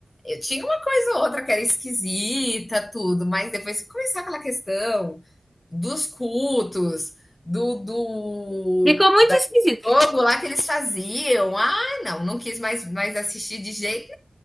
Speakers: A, on the left (about 35°); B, in the centre.
A: Eu tinha uma coisa ou outra que era esquisita, tudo, mas depois que começou aquela questão dos cultos, do, do
B: Ficou muito
A: daquele
B: esquisito.
A: jogo lá que eles faziam, ah, não, não quis mais, mais assistir de jeito